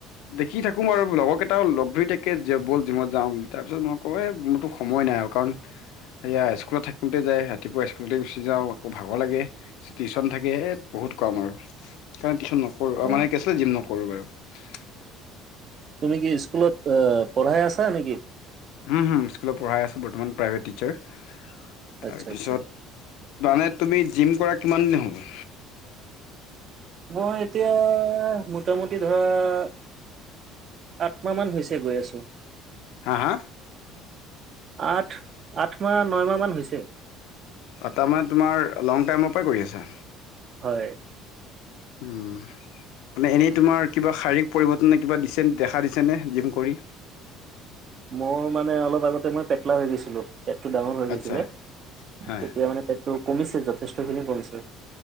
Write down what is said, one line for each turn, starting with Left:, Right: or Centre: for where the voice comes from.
Left: দেখি থাকো বাৰু লগৰকেইটাও লগ ধৰি থাকে বল জিমত যাওঁ বুলি৷ তাৰপিছত মই কওঁ এ মোৰতো সময় নাই আৰু কাৰণ। সেয়া স্কুলত থাকোঁতে যায়, ৰাতিপুৱা স্কুলতে গুচি যাওঁ আক ভাগৰ লাগে, টিউচন থাকে বহুত কাম আৰু সেইকাৰণ টিউচন নকৰোঁ আৰু
Right: অ
Left: মানে কি আছিল জিম নকৰোঁ। কৰোঁ বাৰু।
Right: তুমি কি স্কুলত পঢ়াই আছা নেকি?
Left: উম হুম স্কুলত পঢ়াই আছোঁ, বৰ্তমান প্ৰাইভেট টিচাৰ। তাৰপিছত
Right: আচ্ছা আচ্ছা
Left: মানে তুমি জিম কৰা কিমান দিন হ'ল?
Right: মই এতিয়া মোটামুটি ধৰ। আঠ মাহমান হৈছে গৈ আছোঁ।
Left: হা, হা।
Right: আঠ, আঠ মাহ, নয় মাহমান হৈছে৷
Left: তাৰমানে তোমাৰ লং টাইমৰ পৰাই কৰি আছা।
Right: হয়৷
Left: হুম। মানে এনেই তোমাৰ কিবা শাৰীৰিক পৰিৱৰ্তন নে কিবা দিছে দেখা দিছে নে জিম কৰি।
Right: মোৰ মানে অলপ আগতে মই পেটলা হৈ গৈছিলোঁ৷ পেটতো ডাঙৰ হৈ গৈছিলে
Left: আচ্ছা হা
Right: এতিয়া মানে পেটতো কমিছে যথেষ্টখিনি কমিছে৷